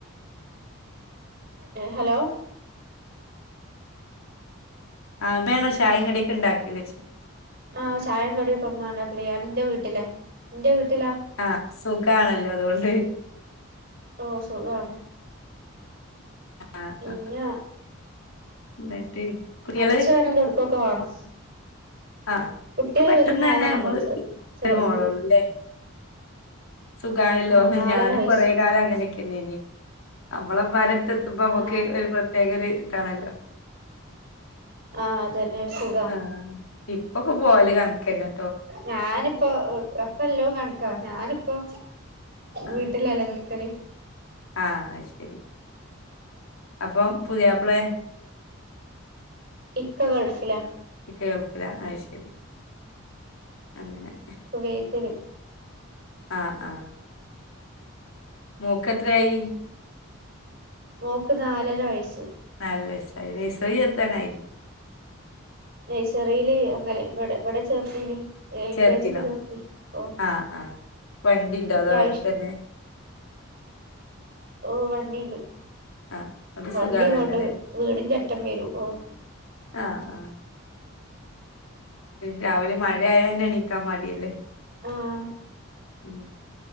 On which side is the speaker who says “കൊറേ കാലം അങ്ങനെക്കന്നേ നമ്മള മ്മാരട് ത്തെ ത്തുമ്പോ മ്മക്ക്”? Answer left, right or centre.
Left